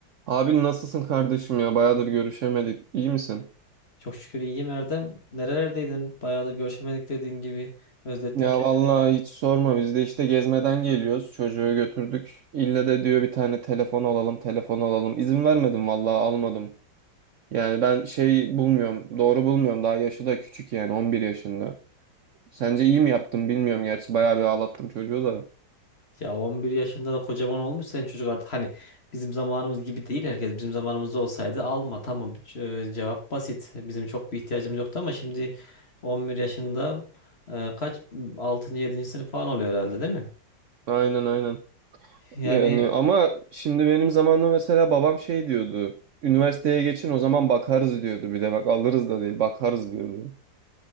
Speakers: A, on the right (about 75°); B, on the left (about 35°).
A: Abi nasılsın kardeşim ya? Bayağıdır görüşemedik. İyi misin?
B: Çok şükür iyiyim Erdem. Nerelerdeydin? Bayağıdır görüşemedik dediğin gibi. Özlettin
A: Ya
B: kendini.
A: vallahi hiç sorma. Biz de işte gezmeden geliyoruz. Çocuğu götürdük. İlle de diyor bir tane telefon alalım, telefon alalım. İzin vermedim vallahi almadım. Yani ben şey bulmuyorum, doğru bulmuyorum. Daha yaşı da küçük yani 11 yaşında. Sence iyi mi yaptım bilmiyorum. Gerçi bayağı bir ağlattım çocuğu da.
B: Ya 11 yaşında da kocaman olmuş sen çocuk artık. Hani bizim zamanımız gibi değil herkes. Bizim zamanımızda olsaydı alma tamam Ce- cevap basit. Bizim çok bir ihtiyacımız yoktu ama şimdi 11 yaşında e, kaç 6. yedinci sınıf falan oluyor herhalde değil mi?
A: Aynen aynen.
B: Yani
A: Yani ama şimdi benim zamanımda mesela babam şey diyordu. Üniversiteye geçin o zaman bakarız diyordu. Bir de bak alırız da değil bakarız diyordu.